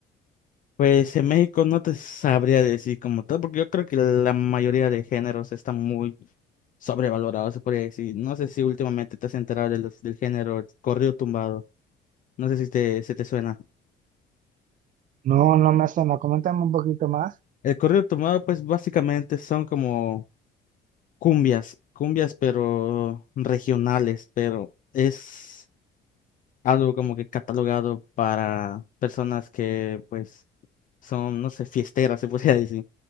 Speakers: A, on the left; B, on the right.
A: Pues en México no te sabría decir como tal, porque yo creo que la mayoría de géneros están muy sobrevalorados, se podría decir. No sé si últimamente te has enterado de los- del género corrido tumbado. No sé si te, se te suena.
B: No, no me suena, coméntame un poquito más.
A: El corrido tumbado, pues básicamente son como cumbias, cumbias pero regionales, pero es algo como que catalogado para personas que pues son, no sé, fiesteras, se <laughs> podría decir.